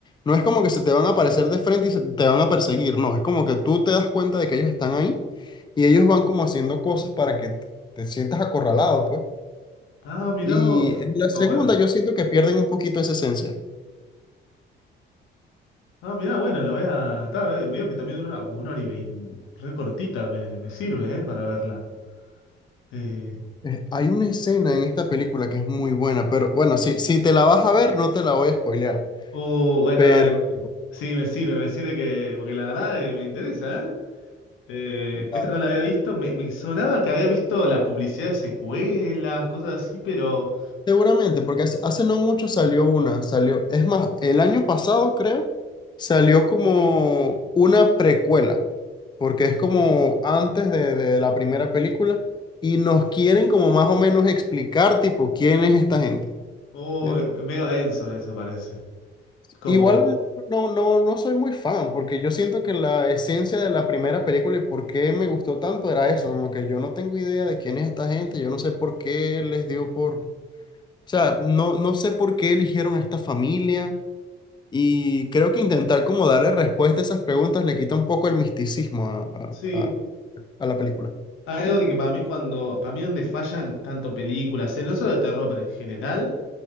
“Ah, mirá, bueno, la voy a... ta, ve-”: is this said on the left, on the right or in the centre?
Left